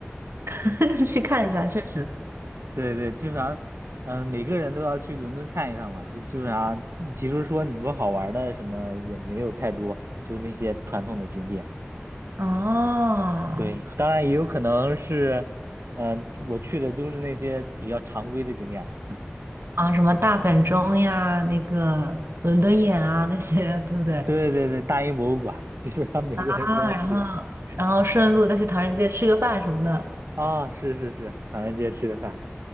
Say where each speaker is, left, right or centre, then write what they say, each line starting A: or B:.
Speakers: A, on the right (about 70°); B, on the right (about 80°).
A: <laughs> 去看一下，确实。
B: 对对，基本上，嗯，每个人都要去伦敦看一趟嘛。就基本上，其实说你说好玩的什么也没有太多，就那些传统的景点。
A: 哦，
B: 对，当然也有可能是，嗯、我去的都是那些比较常规的景点嘛。
A: 啊，什么大本钟呀，那个伦敦眼啊，那些，对不对？
B: 对对对，大英博物馆，<laughs> 基本上每个人都要去
A: 啊，然后然后顺路再去唐人街吃个饭什么的，
B: 啊、是是是，唐人街吃个饭，